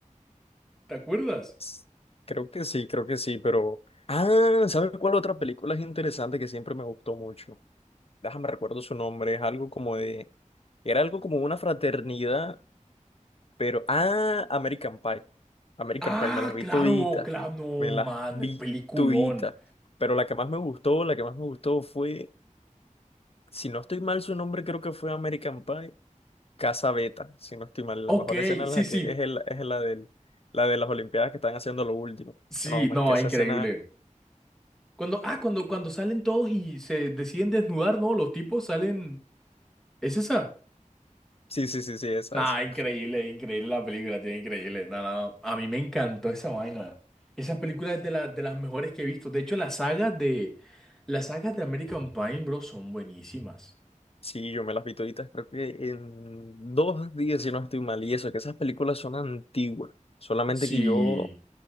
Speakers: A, in the centre; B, on the left.
A: ¿Te acuerdas?
B: S- Creo que sí, creo que sí, pero... Ah, ¿sabes cuál otra película es interesante que siempre me gustó mucho? déjame recuerdo su nombre, es algo como de, era algo como una fraternidad, pero, ah, American Pie, American
A: Ah,
B: Pie, me las vi
A: claro,
B: todita,
A: claro, no,
B: me las
A: man,
B: vi
A: peliculón.
B: todita, pero la que más me gustó, la que más me gustó fue, si no estoy mal su nombre, creo que fue American Pie, Casa Beta, si no estoy mal,
A: Ok,
B: la mejor escena
A: sí,
B: es la
A: sí.
B: que, es el, es la del, la de las Olimpiadas que están haciendo lo último,
A: Sí,
B: no, marqué
A: no,
B: esa
A: increíble.
B: escena,
A: Cuando, ah, cuando, cuando salen todos y se deciden desnudar, ¿no? Los tipos salen. ¿Es esa?
B: sí, sí, sí, sí, esa,
A: Nah,
B: esa.
A: increíble, increíble la película, tío, increíble. Nah, nah, nah. A mí me encantó esa vaina. Esa película es de, la- de las mejores que he visto. De hecho, las sagas de, las sagas de American Pie, bro, son buenísimas.
B: Sí, yo me las vi toditas, creo que en dos días, si no estoy mal, y eso, que esas películas son antiguas, solamente
A: Sí,
B: que yo